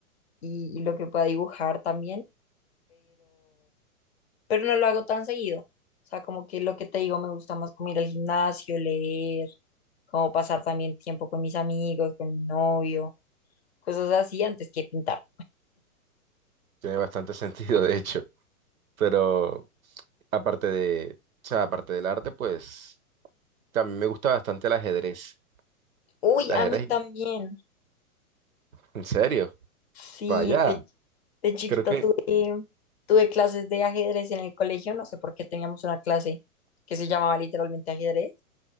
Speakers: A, on the left; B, on the right.
A: y, y lo que pueda dibujar también, pero no lo hago tan seguido. O sea, como que lo que te digo, me gusta más como ir al gimnasio, leer, como pasar también tiempo con mis amigos, con mi novio, cosas así antes que pintar.
B: Tiene bastante <laughs> sentido, de hecho. Pero aparte de, o sea, aparte del arte, pues a mí me gusta bastante el ajedrez.
A: Uy,
B: El ajedrez,
A: a mí también.
B: en serio,
A: Sí,
B: vaya,
A: de, ch- de chiquita
B: creo que
A: tuve, tuve clases de ajedrez en el colegio, no sé por qué teníamos una clase que se llamaba literalmente ajedrez